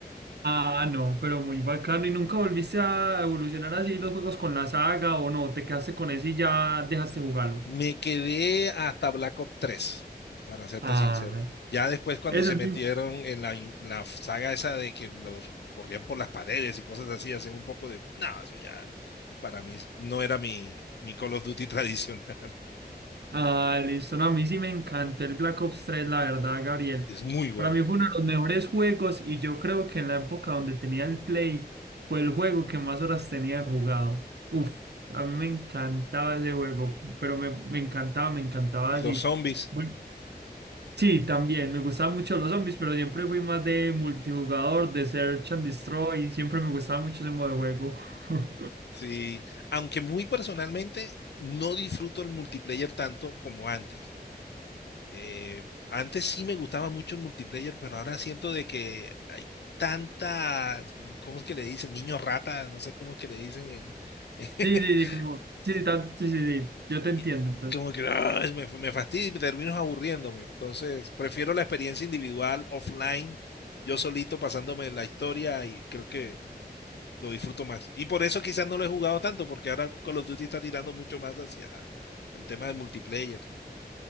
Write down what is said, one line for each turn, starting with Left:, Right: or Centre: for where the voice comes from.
Right: Ah, no, pero muy bacano. ¿Y nunca volviste a evolucionar así los juegos con la saga o no? ¿Te quedaste con ese y ya dejaste jugarlo?
Left: Me quedé hasta Black Ops 3, para serte
Right: Ah,
Left: sincero. Ya después cuando
Right: ese
Left: se
Right: es
Left: metieron
Right: mi...
Left: en la, la saga esa de que los corrían por las paredes y cosas así, hacían un poco de, no, eso ya para mí no era mi, mi Call of Duty <laughs> tradicional.
Right: Ah, listo. No, a mí sí me encantó el Black Ops tres, la verdad, Gabriel.
Left: Es muy bueno.
Right: Para mí fue uno de los mejores juegos y yo creo que en la época donde tenía el Play fue el juego que más horas tenía jugado. Uf, a mí me encantaba ese juego, pero me, me encantaba, me encantaba
Left: Y
Right: así.
Left: los zombies.
Right: Bueno, sí, también me gustaban mucho los zombies, pero siempre fui más de multijugador, de Search and Destroy, siempre me gustaba mucho ese modo de juego. <laughs>
Left: Sí, aunque muy personalmente no disfruto el multiplayer tanto como antes. Eh, antes sí me gustaba mucho el multiplayer, pero ahora siento de que hay tanta, ¿cómo es que le dicen? Niño rata, no sé cómo es que le dicen en... <laughs>
Right: Sí, sí, sí, como, sí, tan- sí, sí, sí, yo te entiendo,
Left: y como que ah, me, me fastidio y termino aburriéndome. Entonces, prefiero la experiencia individual, offline, yo solito pasándome la historia y creo que lo disfruto más. Y por eso quizás no lo he jugado tanto, porque ahora Call of Duty está tirando mucho más hacia el tema de multiplayer.